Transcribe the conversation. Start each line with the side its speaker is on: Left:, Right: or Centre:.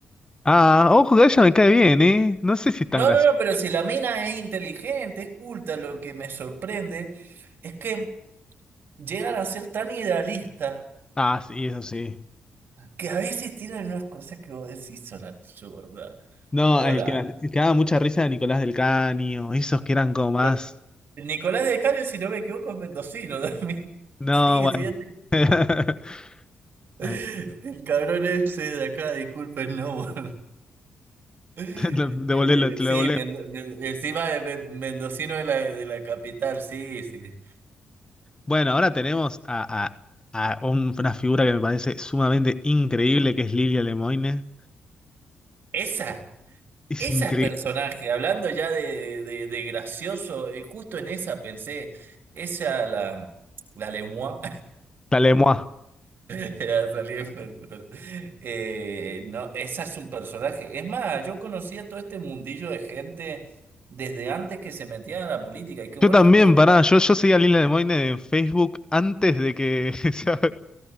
Left: Ah, ojo, que ella me cae bien, ¿eh? No sé si es tan
Right: No,
Left: gracioso.
Right: no, no, pero si la mina es inteligente, es culta, lo que me sorprende es que llegan a ser tan idealistas
Left: Ah, sí, eso sí.
Right: que a veces tiran unas cosas que vos decís son absurdas.
Left: No,
Right: Hola.
Left: el que, el que daba mucha risa era Nicolás del Caño, esos que eran como más.
Right: Con- Nicolás de Cario, si no me equivoco, es mendocino también. <laughs>
Left: No,
Right: Sí,
Left: bueno.
Right: sí. es-
Left: <laughs>
Right: El
Left: Ay,
Right: cabrón ese de acá, disculpen, no. <laughs> Eh,
Left: te lo devolé, te
Right: sí,
Left: lo devolé.
Right: men- men- encima de men- mendocino de la, de la capital, sí, sí.
Left: Bueno, ahora tenemos a, a- a un- una figura que me parece sumamente increíble, que es Lilia Lemoine.
Right: Esa,
Left: Es
Right: esa
Left: increíble.
Right: es personaje. Hablando ya de, de, de gracioso, eh, justo en esa pensé, esa la, la lengua.
Left: La Lemoine.
Right: <laughs> Era salir con el control. Eh, no, esa es un personaje. Es más, yo conocía todo este mundillo de gente desde antes que se metía a la política. Y que vos
Left: Yo también,
Right: lo- yo, con-
Left: pará, yo, yo seguía a Lilia Lemoine en Facebook antes de que <laughs> sea-